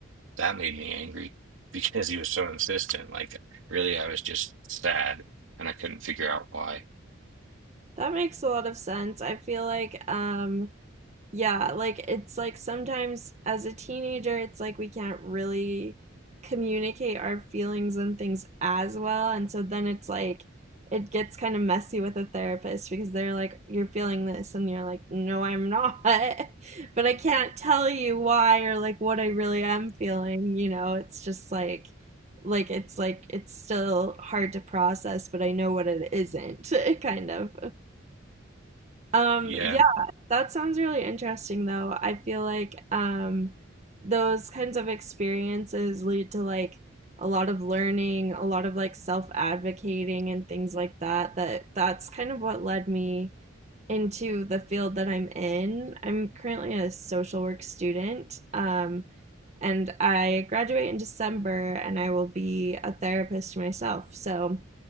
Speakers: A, on the right; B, on the right.
A: that made me angry <laughs> because he was so insistent like really I was just sad and I couldn't figure out why
B: That makes a lot of sense. I feel like um Yeah, like it's like sometimes as a teenager, it's like we can't really communicate our feelings and things as well. And so then it's like it gets kind of messy with a therapist because they're like, you're feeling this, and you're like, no, I'm not. <laughs> But I can't tell you why or like what I really am feeling, you know? It's just like, like it's like it's still hard to process, but I know what it isn't, <laughs> kind of. Um,
A: Yeah.
B: yeah, that sounds really interesting though. I feel like um those kinds of experiences lead to like a lot of learning, a lot of like self-advocating and things like that that that's kind of what led me into the field that I'm in. I'm currently a social work student. Um and I graduate in December and I will be a therapist myself. So